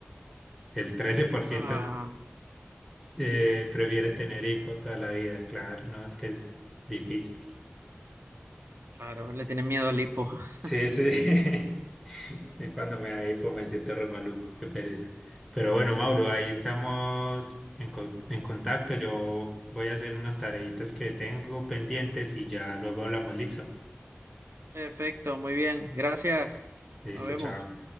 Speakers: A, in the centre; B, on the right (about 75°).
A: El 13%
B: Ah,
A: es- eh, prefiere tener hipo toda la vida. Claro, no, es que es difícil.
B: claro, le tienen miedo al hipo. <laughs>
A: Sí, sí. <laughs> Y cuando me da hipo me siento re maluco, qué pereza. Pero bueno, Mauro, ahí estamos en, co- en contacto. Yo voy a hacer unas tareitas que tengo pendientes y ya luego hablamos. Listo.
B: Perfecto, muy bien, gracias.
A: Listo,
B: Nos vemos.
A: chao.